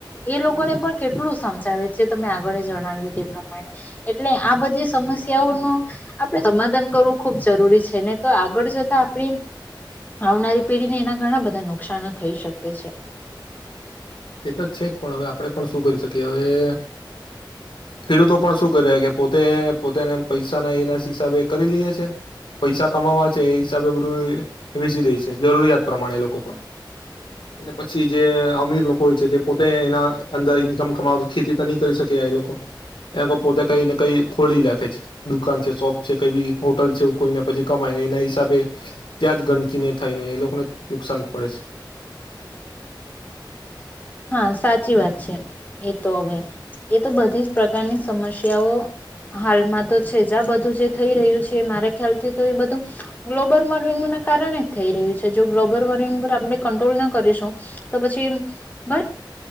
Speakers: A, on the left; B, on the left.
A: એ લોકોને પણ કેટલું સમજાવે છે. તમે આગળ જણાવ્યું તે પ્રમાણે એટલે આ બધી સમસ્યાઓનું આપણે સમાધાન કરવું ખૂબ જરૂરી છે. ને તો આગળ જતા આપણી આવનારી પેઢીને એના ઘણા બધા નુકશનો થઈ શકે છે.
B: એ તો છે જ પણ હવે આપણેે પણ, શું કરી શકીએ? કે હવે ખેડૂતો પણ શું કરે કે પોતે પોતેને પૈસાના એના હિસાબે કરી લઈએ છે. પૈસા કમાવા છે એ હિસાબે બધું વેચી દે છે. જરૂરિયાત પ્રમાણે એ લોકો પણ એ પછી જે અમીર લોકો કોય છે તે પોતે એના અંદર ઈન્કમ કમાવ ખેતી તો નહી કરી શકે એ લોકો એ પોતે કઈને કઈ ખોલી રાખે છે. દુકાન છે. શોપ છે કઈ બી હોટલ છે. ખોલીને પછી કમાયને એના હિસાબે ત્યાં જ ગંદકીને થાય ને એ લોકોને નુકસાન પડે છે.
A: હા સાચી વાત છે. એ તો હવે એ તો બધી જ પ્રકારની સમસ્યાઓ હાલમાં તો છે જ બધું જે થઈ રહ્યું છે. મારે ખ્યાલથી તો એ બધું ગ્લોબલ વોર્મિંગ ના કારણે જ થઈ રહ્યું છે. જો ગ્લોબલ વોર્મિંગ પર આપણે કંટ્રોલ ના કરીશું તો પછી બ <inaudible>